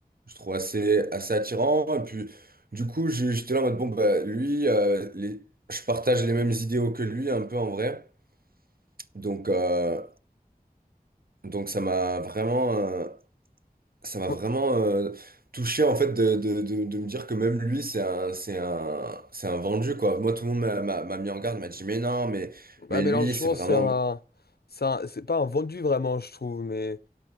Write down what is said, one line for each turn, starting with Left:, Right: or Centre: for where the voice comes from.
Right: je le trouve assez, assez attirant. Et puis, du coup, j'ai- j'étais là en mode, bon, bah, lui, euh, les- je partage les mêmes idéaux que lui, un peu en vrai. Donc, euh, donc ça m'a vraiment, euh, ça m'a
Left: Moi-
Right: vraiment euh, touché, en fait, de, de, de, de me dire que même lui, c'est un, c'est un, c'est un vendu, quoi. Moi, tout le monde m'a m'a- m'a mis en garde, m'a dit, mais non, mais.
Left: Bah,
Right: Mais
Left: Mélenchon,
Right: lui, c'est vraiment.
Left: c'est un. C'est un- c'est pas un vendu vraiment, je trouve, mais.